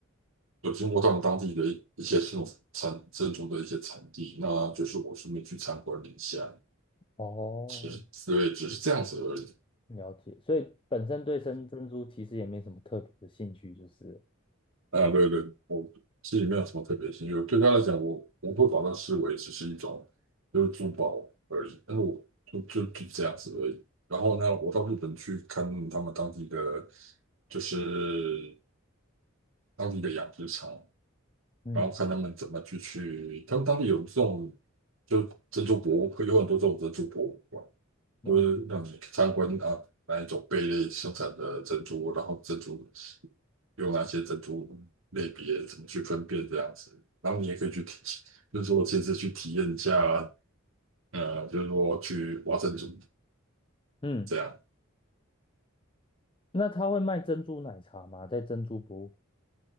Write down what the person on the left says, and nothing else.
哦，
了解。所以本身对生珍珠其实也没什么特别的兴趣，就是了
嗯，
了解。
嗯，
那他会卖珍珠奶茶吗？在珍珠博物